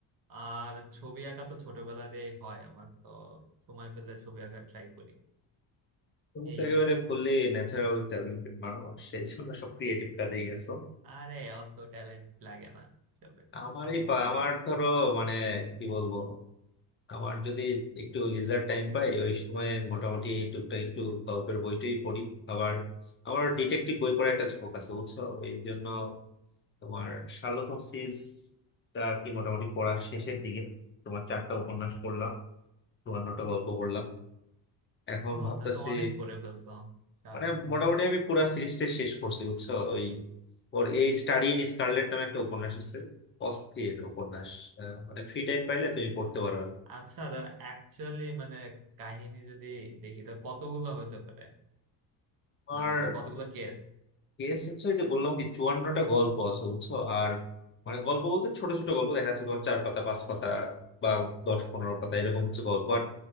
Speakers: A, on the right; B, on the left.
A: আর ছবি আঁকা তো ছোটবেলা দিয়েই হয় আমার তো সময় পেলে ছবি আঁকা ট্রাই করি
B: তুমি
A: এই
B: তো একেবারে
A: আর কি
B: ফুললি ন্যাচারাল ট্যালেন্টেড মানুষ সেই জন্য সব ক্রিয়েটিভ কাজে গেছো
A: আরে অত ট্যালেন্ট লাগে না সবে
B: আমার
A: just
B: এই
A: ইচ্ছা
B: পা- আমার
A: লাগে
B: ধরো মানে কি বলবো আমার যদি একটু লিজার টাইম পাই ওই সময় মোটামুটি এই টুকটাক একটু গল্পের বইটাই পড়ি আবার আমার ডিটেকটিভ বই পড়ার একটা ঝোঁক আছে বুঝছো এই জন্য তোমার শার্লক হোমসিস টা আর কি মোটামুটি পড়ার শেষের দিকে তোমার চারটা উপন্যাস পড়লাম চুয়ান্নটা গল্প পড়লাম এখন
A: ও
B: ভাবতেছি
A: তা তো অনেক করে ফেলছো শার্লক
B: মানে
A: হোমস
B: মোটামুটি আমি পুরা সিরিজটা শেষ করছি বুঝছো ওই ওর এই স্টাডি ইন স্কারলেট নামে একটা উপন্যাস আছে অস্থির উপন্যাস আহ, মানে ফ্রি টাইম পাইলে তুমি পড়তে পারো
A: আচ্ছা অ্যাকচুয়ালি মানে কাহিনী যদি দেখি তা কতগুলো হতে পারে
B: আর
A: মানে কতগুলো কেস
B: কেস হচ্ছে ওই যে বললাম কি চুয়ান্নটা গল্প আছে বুঝছো আর মানে গল্প বলতে ছোট ছোট গল্প দেখা যাচ্ছে তোমার চার পাতা পাঁচ পাতা বা দশ পনেরো পাতা এরকম হচ্ছে গল্প আর